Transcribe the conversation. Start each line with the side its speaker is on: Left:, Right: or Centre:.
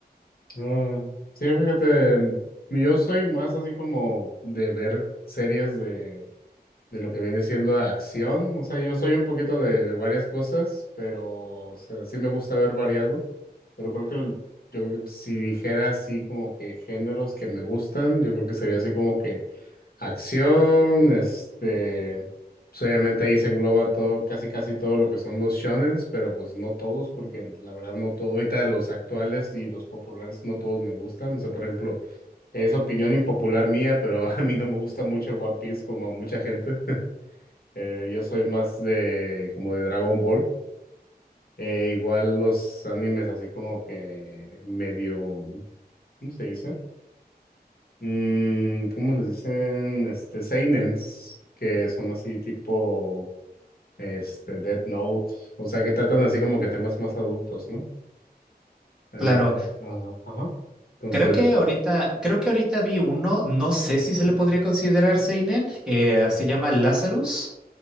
Left: Ah, sí, fíjate, yo soy más así como de ver series de, de lo que viene siendo acción. O sea, yo soy un poquito de, de varias cosas, pero o sea, sí me gusta ver variado. Pero creo que el- yo creo que si dijera así como que géneros que me gustan, yo creo que sería así como que acción, este, pues obviamente ahí se engloba todo, casi casi todo lo que son los shonens, pero pues no todos, porque la verdad no todo, ahorita los actuales y los populares no todos me gustan, o sea, por ejemplo, es opinión impopular mía, pero <laughs> a mí no me gusta mucho One Piece como a mucha gente, <laughs> Eh, yo soy más de, como de Dragon Ball, Eh, igual los animes así como que medio, ¿cómo se dice? Mm, ¿cómo les dicen? Este, seinens, que son así tipo, este, Death Note, o sea, que tratan así como que temas más adultos, ¿no? Ah,
Centre: Claro,
Left: eh, ajá, ajá. Entonces,
Centre: creo que ahorita, creo que ahorita vi uno, no sé si se le podría considerar seinen, eh, se llama Lazarus.